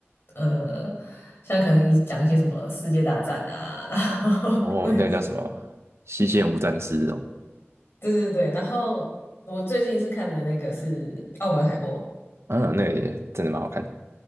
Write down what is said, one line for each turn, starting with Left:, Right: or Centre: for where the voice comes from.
Left: 呃，像可能讲一些什么世界大战啊，然后
Right: 哦，
Left: <laughs> 或者是
Right: 那个叫什么《西线无战事》这种，
Left: <laughs> 对对对，然后我最近是看的那个是《奥本海默》，
Right: 嗯、啊，那个也真的蛮好看的，